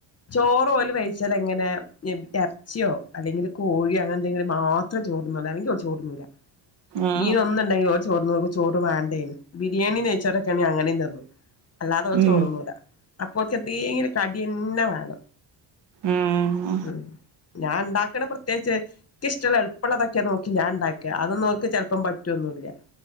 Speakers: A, on the left; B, on the right.
A: ചോറോല് ച്ചൽ എങ്ങനെ ഇറച്ചിയോ അല്ലെങ്കിൽ ഇറച്ചിയോ കോഴിയോ അങ്ങനെ എന്തെങ്കിലും മാത്രം ചോറുന്നുള്ളൂ അല്ലെങ്കി ചോറുന്നൂല.
B: ആ
A: മീന് ഒന്നുണ്ടെങ്കിൽ ഓര് ചോറിനോട് ചോറ് വേ ണ്ടായിന് ബിരിയാണിയും നെയ്യ്ച്ചോറൊക്കെ ആണെങ്കിൽ അങ്ങനേം തിന്നും അല്ലാതെ അവൻ
B: ഉം
A: ചോറുണ്ണൂല്ല അപ്പോത്തേക്കിനും കടി തന്നെ വേണം
B: ഏഹ്
A: ഉം ഞാൻ ഉണ്ടാക്കണ പ്രത്യേകിച്ച് നിക്ക് ഇഷ്ടമുള്ള എളുപ്പമുള്ളതൊക്കെ നോക്കി ഞാൻ ഉണ്ടാക്കാ അതൊന്നും ഓക്ക് ചിലപ്പം പറ്റോ ഒന്നൂല്ല